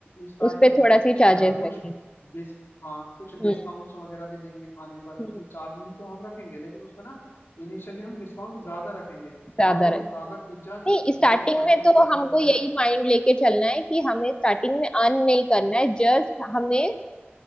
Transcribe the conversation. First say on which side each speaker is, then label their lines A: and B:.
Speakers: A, on the left; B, on the left.
A: स्टार्टिंग
B: उस पे थोड़ा
A: में अ,
B: सी चार्जेस
A: कुछ
B: लगेंगे
A: डिस हाँ कुछ डिस्काउंट्स
B: हम्म
A: वगैरह भी देंगे खाने पर
B: हम्म,
A: मतलब चार्जिंग तो हम रखेंगे लेकिन उसमें ना इनिशियली हम डिस्काउंट ज्यादा रखेंगे
B: ज्यादा
A: मान लो अगर पिज्जा
B: नहीं स्टार्टिंग
A: जो पनीर
B: में तो
A: पिज्जा
B: हमको
A: बर्गर
B: यही
A: है
B: माइंड लेके चलना है कि हमें स्टार्टिंग में अर्न नहीं करना है जस्ट हमें